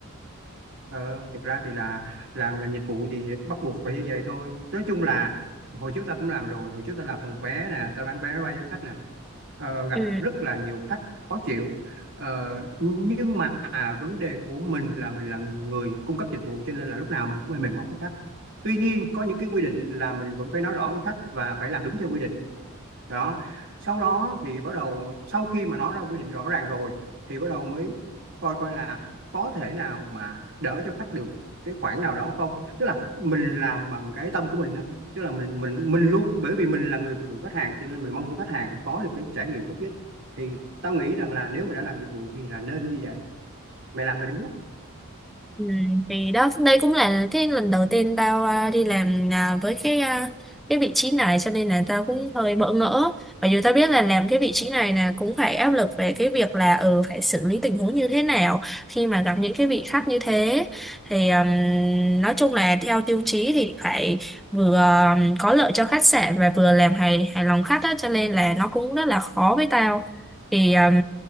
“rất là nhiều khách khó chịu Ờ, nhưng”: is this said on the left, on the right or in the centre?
Right